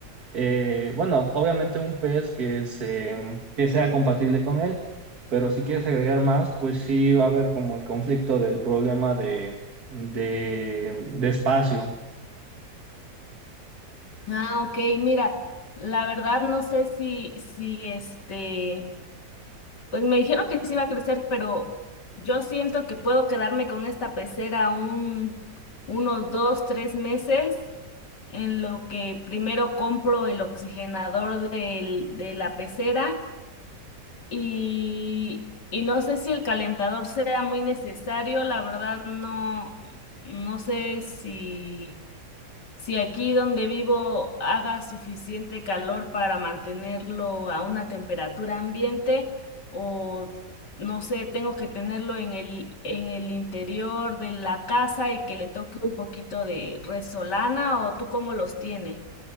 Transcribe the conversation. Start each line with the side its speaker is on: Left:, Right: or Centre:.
Right: eh, bueno, obviamente un pez que, se- que sea compatible con él, pero si quieres agregar más, pues sí va a haber como el conflicto del problema de, de, de espacio.
Left: Ah, ok, mira, la verdad no sé si, si este, pues me dijeron que sí iba a crecer, pero yo siento que puedo quedarme con esta pecera un, unos dos, tres meses, en lo que primero compro el oxigenador del, de la pecera y, y no sé si el calentador sea muy necesario, la verdad no, no sé si... Si aquí donde vivo haga suficiente calor para mantenerlo a una temperatura ambiente o no sé, tengo que tenerlo en el, en el interior de la casa y que le toque un poquito de resolana o tú cómo los tienes.